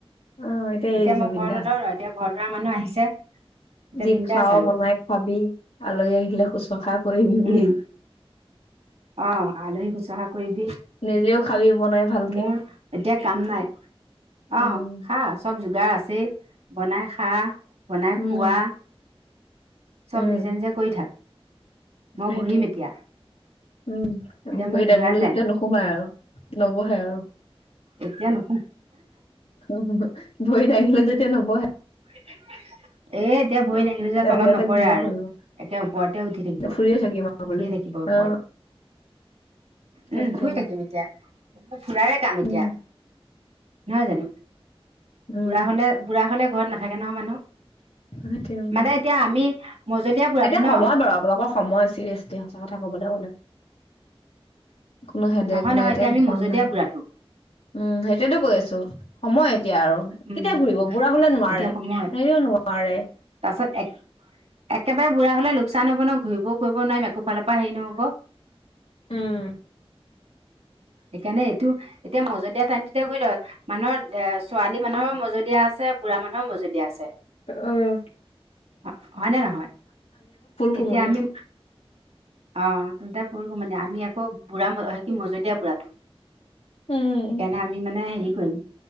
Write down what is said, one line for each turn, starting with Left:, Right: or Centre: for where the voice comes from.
Left: অ,
Right: এতিয়া
Left: এৰি দিছো
Right: মই
Left: বিন্দাছ
Right: ঘৰ নধৰো। এতিয়া ঘৰ ধৰা মানুহ আহিছে। এতিয়া
Left: যি
Right: বিন্দাছ
Left: খাৱ
Right: আৰু
Left: বনাই খোৱাবি, আলহী আহিলে শুশ্ৰূষা কৰিবি বুলি
Right: উম, অ' আলহী শুশ্ৰূষা কৰিবি।
Left: নিজেও খাবি বনাই ভালকে
Right: মোৰ এতিয়া কাম নাই।
Left: উম,
Right: অ খা চব যোগাৰ আছে বনাই খা। বনাই
Left: উম,
Right: খোৱা। চব
Left: উম,
Right: নিজে-নিজে কৰি থাক। মই
Left: সেইটোৱে
Right: ঘূৰিম এতিয়া।
Left: উম।
Right: এতিয়া মোৰ
Left: ভৰি দাঙিলো
Right: ঘূৰাৰ টাইম
Left: যেতিয়া নোসোমাই আৰু। নবহে আৰু।
Right: এতিয়া নহয়
Left: অ ভৰিত দাঙিলে যেতিয়া নবহে।
Right: <inaudible> এ এতিয়া ভৰি
Left: অ
Right: দাঙিল যে
Left: এতিয়া
Right: তলত
Left: বাহিৰতে
Right: নপৰে
Left: ঘূৰিয়ে
Right: আৰু।
Left: ফুৰিব
Right: একে ওপৰতে উঠি থাকিব।
Left: ফুৰিয়ে থাকিম আৰু
Right: উঠিয়ে
Left: বুলি
Right: থাকিব ওপৰত।
Left: অ তাকে
Right: উম। ফুৰি থাকিম এতিয়া। ফুুৰাৰে কাম এতিয়া।
Left: উম
Right: নহয় জানো।
Left: উম
Right: বুঢ়া হলে- বুঢ়া হ'লে- ঘৰত নাথাকে নহয় মানুহ।
Left: সেইটোৱে উম
Right: মানে এতিয়া আমি মজলীয়া বুঢ়াটো
Left: এতিয়া
Right: ন
Left: সময় বাৰু আপোনালোকৰ সময়। চিৰিয়াচলি সঁচা কথা কবলৈ গ'লে কোনো হেদেক
Right: নহয়
Left: নাই।
Right: নহয়
Left: টেনচন
Right: এতিয়া আমি মজলীয়া
Left: নাই।
Right: বুঢ়াটো
Left: উম। হেইটয়েটো কৈ আছো। সময় এতিয়া আৰু।
Right: উম
Left: কেতিয়া ফুৰিব বুঢ়া হলে নোৱাৰে।
Right: এতিয়া সময়
Left: হেৰিও নোৱাৰে।
Right: তাৰপাছত এক একেবাৰে বুঢ়া হলে লোকচান হব নয়, ঘূৰিও কৰিব নোৱাৰিম একোফালৰ পৰা হেৰি নহ'ব।
Left: উম
Right: সেইকাৰণে এইটো এতিয়া মজলীয়া টাইমটোতে ঘুৰি ল। মানুহৰ এ ছোৱালী মানুহৰ মজলীয়া আছে। বুঢ়া মানুহৰ মজলীয়া আছে।
Left: আহ।
Right: হয়। হয়নে নহয়?
Left: কোমলীয়া
Right: এতিয়া আমি অ'হ। তেন্তে ফুলকুমলীয়া। মানে আমি আকৌ বুঢ়া, কি মজলীয়া বুঢ়াটো।
Left: উম
Right: সেইকাৰণে আমি মানে হেৰি কৰিম